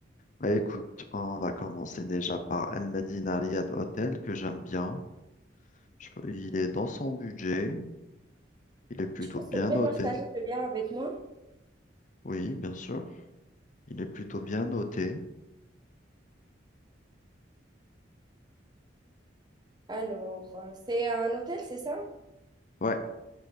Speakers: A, on the left; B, on the right.
A: bah, écoute, on va commencer déjà par El Medina Riad Hotel, que j'aime bien. Je peux- Il est dans son budget. Il est plutôt
B: Tu peux
A: bien
B: s'il te plaît
A: noté.
B: partager le lien avec moi?
A: Oui, bien sûr. Il est plutôt bien noté.
B: Alors, euh, c'est un hôtel, c'est ça?
A: Ouais.